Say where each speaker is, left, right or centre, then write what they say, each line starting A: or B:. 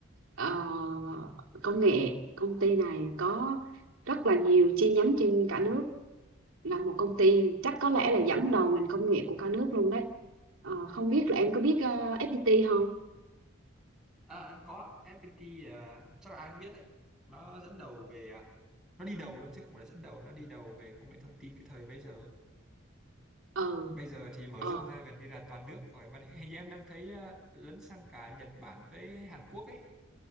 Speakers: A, on the right; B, in the centre.
A: ờ, công nghệ công ty này có rất là nhiều chi nhánh trên cả nước là một công ty chắc có lẽ là dẫn đầu ngành công nghệ của cả nước luôn đấy Ờ, không biết là em có biết ờ, FPT không
B: à, em có FPT à, chắc là ai cũng biết đấy nó dẫn đầu về à, nó đi đầu luôn chứ không phải là dẫn đầu nó đi đầu về công nghệ thông tin cái thời bây giờ
A: ừ
B: bây giờ thì mở
A: ờ
B: rộng ra gần như là toàn nước rồi bạn hình như em đang thấy ờ, lấn sang cả Nhật Bản với Hàn Quốc ấy